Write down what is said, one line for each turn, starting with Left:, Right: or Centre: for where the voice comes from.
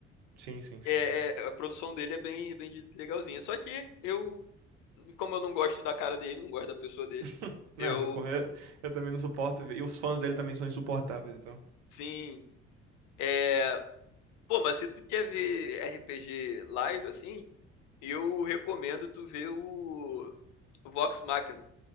Right: Sim, sim, sim,
Left: É,
Right: sim.
Left: é- a produção dele é bem, bem de- legalzinha. Só que eu, como eu não gosto da cara dele, não gosto da pessoa dele,
Right: <laughs> Não,
Left: eu,
Right: não con- eu, eu também não suporto. ver. E os fãs dele também são insuportáveis, então.
Left: sim, é... Pô, mas se tu quer ver RPG live, assim, eu recomendo tu ver o Vox Machina.